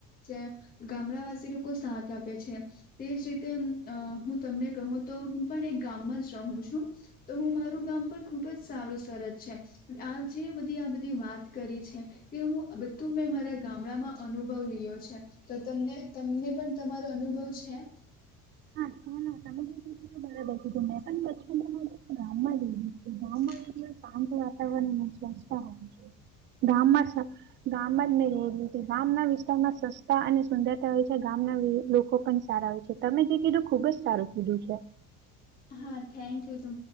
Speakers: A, on the left (about 30°); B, on the right (about 35°).
A: જે ગામડાવાસી લોકો સાથ આપે છે તે જ રીતે હું તમને કહું તો પણ એક ગામમાં જ રહું છું તો હું મારું ગામ આ પણ ખુબ જ સારું સરત છે આ જે બધી આ બધી વાત કરી છે તે હું બધું મેં મારા ગામડામાં અનુભવ લી્યો છે તો તમને તમને પણ તમારો અનુભવ છે છે
B: હા <unintelligible> ગામ રહી તી
A: <inaudible>
B: આમ તોું વાતાવરણ સંસ્થ હોય છે ગામમાં ગામમાં જ મે રહેલી હતી ગામના વિસ્તારમાં સસ્તા અને સુંદરતા હોય છે ગામ લોકો પણ સારા હોય છે તમે જે કીધું ખુબ જ સારું કીધું છે
A: હા થેન્કયુ,